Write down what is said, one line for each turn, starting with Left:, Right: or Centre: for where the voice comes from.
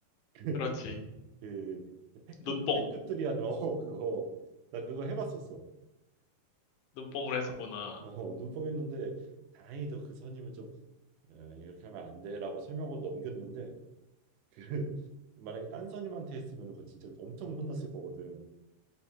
Right: <laughs>
Left: 그렇지.
Right: 그 패급
Left: 눈뽕,
Right: 패급들이 한어 <laughs> 그거 나 그거 해봤었어.
Left: 눈뽕을 했었구나.
Right: 어 눈뽕했는데 다행히도 그 선임은 좀 어, 이렇게 하면 안 돼라고 설명하고 넘겼는데 그 <laughs> 만약에 딴 선임한테 했으면은 그거 진짜 엄청 혼났을 거거든.